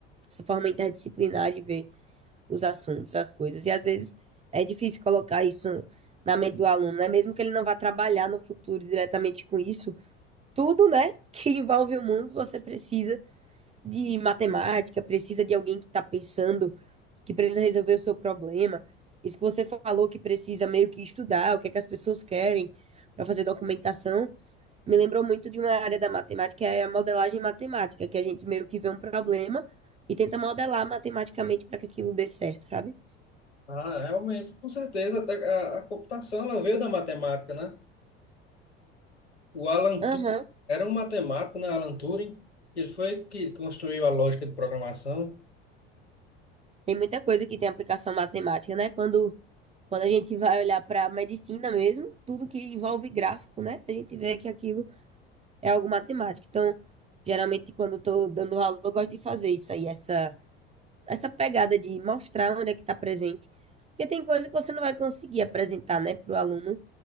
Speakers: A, on the right; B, on the left.
A: Essa forma interdisciplinar de ver os assuntos, as coisas. E às vezes é difícil colocar isso na mente do aluno, né? Mesmo que ele não vá trabalhar no futuro diretamente com isso, tudo, né, <laughs> que envolve o mundo, você precisa de matemática, precisa de alguém que está pensando, que precisa resolver o seu problema. Isso que você falou que precisa meio que estudar, o que é que as pessoas querem para fazer documentação, me lembrou muito de uma área da matemática, que é a modelagem matemática, que a gente meio que vê um problema e tenta modelar matematicamente para que aquilo dê certo, sabe?
B: Ah, realmente, com certeza, até a, a computação ela veio da matemática, né? O Alan
A: Aham.
B: Turing era um matemático, né? Alan Turing, ele foi que construiu a lógica de programação.
A: Tem muita coisa que tem aplicação matemática, né? Quando, quando a gente vai olhar para a medicina mesmo, tudo que envolve gráfico, né? A gente vê que aquilo é algo matemático. Então, geralmente, quando eu estou dando aula, eu gosto de fazer isso aí, essa, essa pegada de mostrar onde é que está presente. Porque tem coisa que você não vai conseguir apresentar, né, para o aluno